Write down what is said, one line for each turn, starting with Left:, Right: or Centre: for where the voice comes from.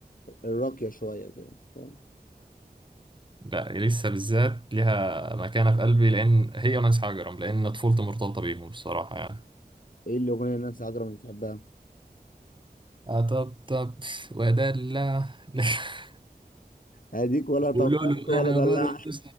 Left: الراقية شوية كده فاهم؟
Right: لا لسه بالذات ليها مكانة في قلبي لأن هي ونانسي حجرم لأن طفولتي مرتبطة بيهم الصراحة يعني
Left: إيه الأغنية اللي الناس عجرة ما بتحبها؟
Right: أطبطب وأدلع <laughs>
Left: أديك ولا طبطبت
Right: قولوا له
Left: ولا
Right: أنا
Left: دلعت
Right: برضه